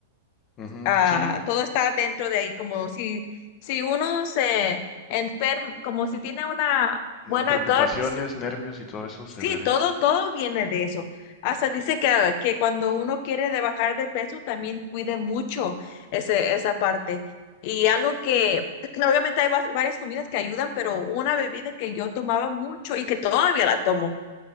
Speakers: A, on the left; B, on the left.
A: ujú,
B: Ah,
A: sí,
B: todo está dentro de ahí, como si, si uno se enferma, como si tiene una
A: mm,
B: buena
A: preocupaciones,
B: gut, s-
A: nervios y todo eso
B: sí,
A: se ve.
B: todo, todo viene de eso. Hasta dice que, ah, que cuando uno quiere de bajar de peso, también cuide mucho ese, esa parte. Y algo que, <clears throat> claro, obviamente hay va- varias comidas que ayudan, pero una bebida que yo tomaba mucho y que todavía la tomo